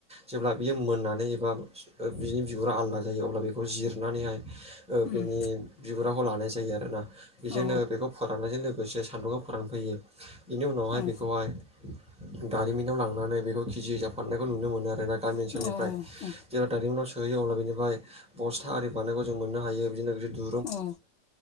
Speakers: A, in the centre; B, on the left (about 55°).
A: जेब्ला बियो मोननानै एबा ओ बिनि बिगुरा आलदा जायो अब्ला बेखौ जिरनानैहाय ओ
B: उम
A: बिनि बिगुराखौ लानाय जायो आरो ना बेजोंनो
B: औ
A: बेखौ फोराननायजों लोगोसे सान्दुङाव फोरान फैयो बेनि उनावहाय
B: औ
A: बेखौहाय दारिमिनाव लांनानै बेखौ केजि हिसाब फाननायखौ नुनो मोनो आरोना गामि
B: औ
A: ओनसोलनिफ्राय।
B: औ
A: जेब्ला दारिमिनाव सोहैयो अब्ला बिनिफाय बस्था आरि बानायनायखौ जों मोननो हायो बिदिनो बिदि दु
B: अ